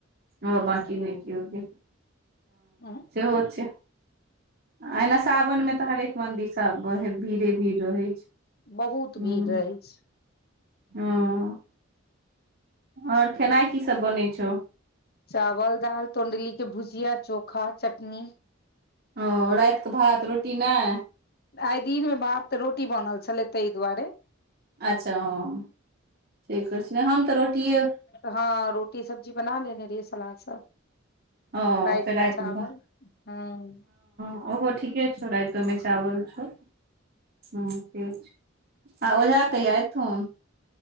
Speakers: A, on the right; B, on the left.
A: हाँ बकी नई किओ गैल।
B: आँ
A: सेहो छैय। अना सावनमे तऽ, हरेक मन्दिर सब उहे भीड़े भीड़ रहै छैय,
B: बहुत
A: हुँ।
B: भीड़ रहै छै
A: हाँ ओर खेनाइ की सब बनै छौ।
B: चावल, दाइल, तंडली के भुजिया चोखा चटनी
A: ओ राइतके भात रोटी नए।
B: आइ दिन मे भात तऽ रोटी बनल छलै, ताइह दुआरे।
A: अच्छा ओ ठिक करे छिय, हम तऽ रोटिये
B: हाँ रोटी सब्जी बना लेने रिहे सलाद सब
A: ओ
B: राइतमे
A: फेर रातिमे
B: चावल हुँ।
A: उहो ठीके छौ, रातमे चावल छौ। हाँ ठीक छैय, आ ओझा कहिआ एथुन